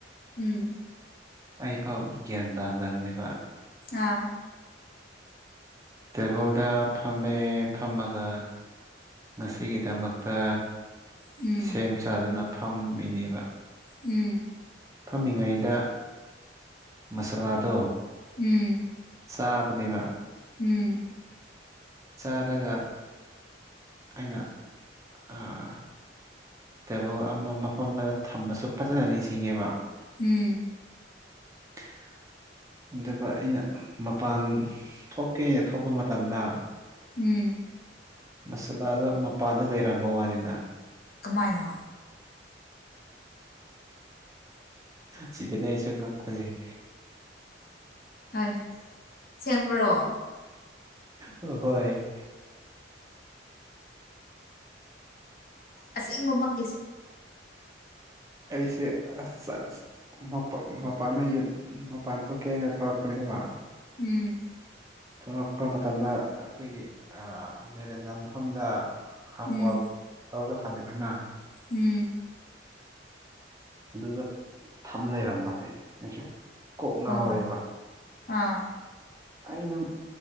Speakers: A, on the left; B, on the right.
A: ꯎꯝ
B: ꯑꯩꯐꯥꯎ ꯒ꯭ꯌꯥꯟ ꯇꯥꯗꯕꯅꯦꯕ
A: ꯑꯥ
B: ꯇꯦꯕꯜꯗ ꯐꯝꯃꯦ ꯐꯝꯃꯒ ꯉꯁꯤꯒꯤꯗꯃꯛꯇ
A: ꯎꯝ
B: ꯁꯦꯝ ꯁꯥꯗꯅ ꯐꯝꯃꯤꯅꯦꯕ
A: ꯎꯝ
B: ꯐꯝꯃꯤꯉꯩꯗ ꯃꯁꯥꯂꯥꯗꯣ
A: ꯎꯝ
B: ꯆꯥꯕꯅꯦꯕ
A: ꯎꯝ
B: ꯆꯥꯔꯒ ꯑꯩꯅ ꯑ ꯇꯦꯕꯜ ꯑꯃ ꯃꯐꯝ ꯑꯃꯗ ꯊꯝꯕꯁꯨ ꯐꯖꯅ ꯅꯤꯡꯁꯤꯡꯉꯦꯕ
A: ꯎꯝ
B: <inaudible> ꯑꯗꯨꯒ ꯑꯩꯅ ꯃꯄꯥꯟ ꯊꯣꯛꯀꯦꯅ ꯊꯣꯛꯄ ꯃꯇꯝꯗ
A: ꯎꯝ
B: ꯃꯁꯥꯂꯥꯗꯣ ꯃꯄꯥꯟꯗ ꯂꯩꯔꯝꯕ ꯋꯥꯅꯤꯗ
A: ꯀꯃꯥꯏꯅ
B: ꯁꯤꯗꯅꯦ ꯑꯩꯁꯨ ꯉꯛꯄꯁꯦ <unintelligible>
A: ꯑꯥꯏ ꯑꯁꯦꯡꯕꯔꯣ
B: ꯍꯣꯏ
A: ꯑꯁꯦꯡꯕꯃꯛ
B: ꯑꯩꯁꯦ ꯑꯁ ꯑꯁ ꯃꯄ ꯃꯄꯥꯟꯗ ꯌꯦꯟ ꯃꯄꯥꯟ ꯊꯣꯛꯀꯦ ꯍꯥꯏꯅ ꯊꯣꯔꯛꯄꯅꯦꯕ
A: ꯎꯝ
B: ꯊꯣꯛꯂꯛꯄ ꯃꯇꯝꯗ ꯑꯩꯈꯣꯏꯒꯤ ꯑ ꯚꯦꯔꯦꯟꯗꯥ ꯃꯐꯝꯗ ꯍꯥꯐ
A: ꯎꯝ
B: ꯋꯥꯜꯗ ꯇꯧꯔꯒ ꯊꯝꯃꯤꯗꯅ
A: ꯎꯝ
B: ꯑꯗꯨꯗ ꯊꯝ ꯂꯩꯔꯝꯕ ꯑꯩ ꯑꯩꯁꯨ ꯀꯣꯛ ꯉꯥꯎꯔꯦꯕ
A: ꯑꯣ ꯑꯥ
B: ꯑꯩꯩꯅ